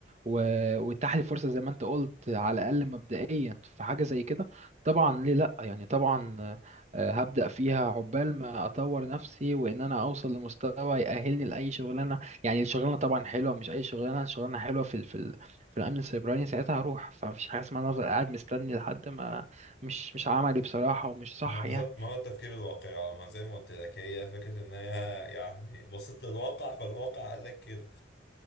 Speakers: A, on the right; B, on the left.
A: و- واتاح لي فرصه زي ما انت قلت على الاقل مبدئيا في حاجه زي كده طبعا ليه لا يعني طبعا آه، آه، هبدا فيها عقبال ما اطور نفسي وان انا اوصل لمستوى يأهلني لاي شغلانه يعني الشغلانه طبعا حلوه مش اي شغلانه شغلانه حلوه في ال في ال في الامن السيبراني ساعتها هروح فمفيش حاجه اسمها إن انا افضل قاعد مستني لحد ما مش مش عملي بصراحه ومش صح
B: ما بالظبط
A: يعني
B: ما هو التفكير الواقعي ما زي ما قلت لك هي فكرة ان هي يعني بصيت للواقع فالواقع قال لك كده